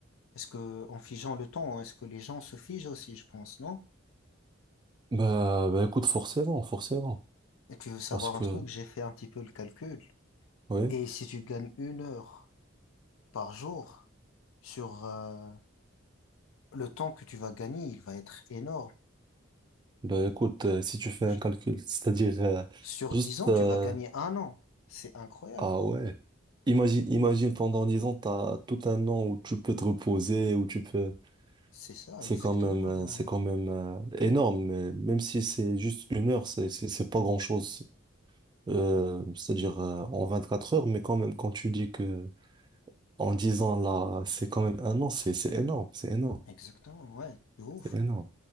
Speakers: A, on the left; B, on the right.
A: Est-ce que en figeant le temps, est-ce que les gens se figent aussi, je pense, non?
B: Bah, bah écoute, forcément, forcément.
A: Et tu veux savoir
B: Parce que,
A: un truc, j'ai fait un petit peu le calcul.
B: oui.
A: Et si tu gagnes une heure par jour sur, euh, Le temps que tu vas gagner, il va être énorme.
B: Ben écoute, euh, si tu fais
A: Je-
B: un calcul, c'est-à-dire euh,
A: Sur
B: juste...
A: 10 ans,
B: euh,
A: tu vas gagner un an. C'est incroyable.
B: ah ouais. Imagine, imagine pendant 10 ans, tu as tout un an où tu peux te reposer, où tu peux...
A: C'est ça,
B: C'est
A: exactement,
B: quand même, euh,
A: ouais.
B: c'est quand même euh, énorme, mais même si c'est juste une heure, c'est c'est- c'est pas grand-chose. Euh, c'est-à-dire euh, en quatre heures, mais quand même, quand tu dis que en 10 ans, là, c'est quand même un an, c'est c'est énorme, c'est énorme,
A: Exactement, ouais, de ouf.
B: c'est énorme.